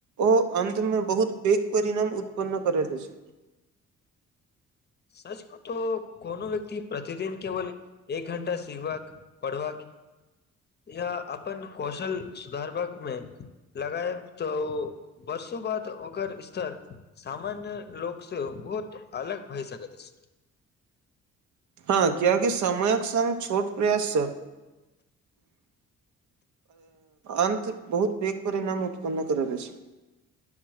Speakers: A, on the right; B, on the left.
A: ओ अन्तमे बहुत पैघ परिणाम उत्पन्न करैत अछि
B: <inaudible> सच को तो कोनो व्यक्ति प्रतिदिन केवल एक घण्टा सिखबाक पढ़बाक <inaudible> या अपन कौशल सुधारबाकमे लगाए तऽ वर्ष बात ओकर स्तर सामान्य लोक से बहुत अलग भइ सकत अछि
A: हँ कियाकि समयक संग छोट प्रयास सब अंत बहुत पेघ परिणाम उत्पन्न कर रहल छै